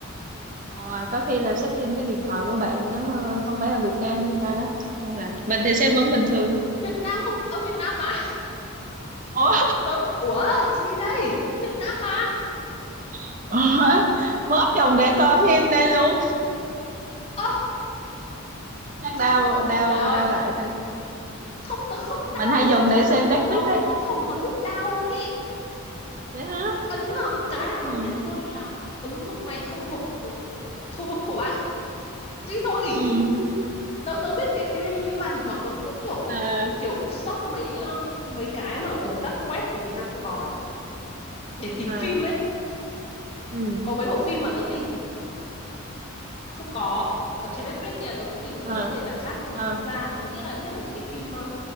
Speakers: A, on the right (about 35°); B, on the left (about 25°).
A: Ồ, có khi là setting cái điện thoại của bạn nó ờ, không phải ở Việt Nam hay sao đó chắc đâu là mình thì xem vẫn bình thường
B: Việt Nam không ở Việt Nam mà
A: Ủa,
B: tớ ủa gì đây Việt Nam mà
A: <laughs> Ủa? mới dùng để coi phim đây luôn
B: Ơ,
A: chắc
B: tr-
A: đau
B: tr- tr-
A: đau
B: trời ơi
A: đau lại xem
B: không tớ không
A: mình
B: đau
A: hay
B: được
A: dùng
B: không
A: để xem Netflix
B: nó
A: đấy
B: nó không
A: <laughs>
B: có nút đau luôn ý
A: vậy hả
B: ấn vào một cái là
A: ừ
B: nó hiện luôn là ứng dụng này không thuộc ừ, ừ, khu vực của bạn thế thì thôi nghỉ
A: ừ
B: tớ tớ biết cái cái Bilibili mà thỉnh thoảng tớ cũng muốn kiểu
A: à
B: kiểu search mấy ờ, mấy cái mà ở các web mà Việt Nam không có ấy, để tìm
A: à
B: phim ấy
A: ừ
B: có mấy bộ phim mà tớ tìm không có ở trên Netflix nhà tớ cũng tìm
A: à
B: ở những nền tảng khác nhưng mà
A: à
B: không ra nhất là nhất là những cái phim ờ,